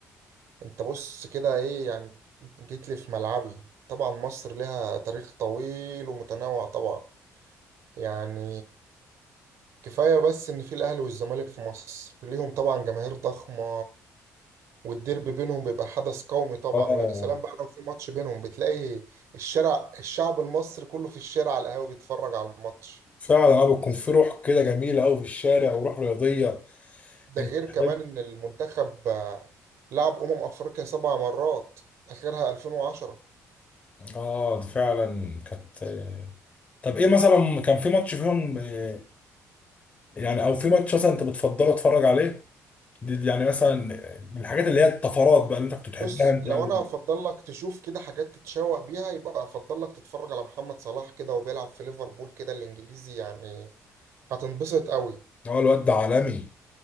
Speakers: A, on the right; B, on the left.
A: انت بص كده ايه يعني جيت لي في ملعبي طبعا مصر لها تاريخ طويل ومتنوع طبعا يعني كفاية بس ان في الاهلي والزمالك في مصر ليهم طبعا جماهير ضخمة والديربي بينهم بيبقى حدث قومي طبعا
B: اه
A: ويا سلام بقى لو في ماتش بينهم بتلاقي الشارع الشعب المصري كله في الشارع على القهاوي بيتفرج على الماتش
B: فعلا انا بتكون في روح كده جميله قوي في الشارع وروح رياضيه
A: ده
B: انت
A: غير كمان
B: تحب
A: ان المنتخب آه، لعب امم افريقيا سبع مرات اخرها 2010
B: اه فعلا كانت آه. طب ايه مثلا كان في ماتش فيهم آه، يعني او في ماتش مثلا انت بتفضله اتفرج عليه دي دي يعني مثلا من الحاجات اللي هي الطفرات بقى اللي انت كنت بتحبها
A: بص
B: انت
A: لو
B: قوي
A: انا افضل لك تشوف كده حاجات تتشوق بيها يبقى افضل لك تتفرج على محمد صلاح كده وبيلعب في ليفربول كده الانجليزي يعني هتنبسط قوي
B: هو الواد ده عالمي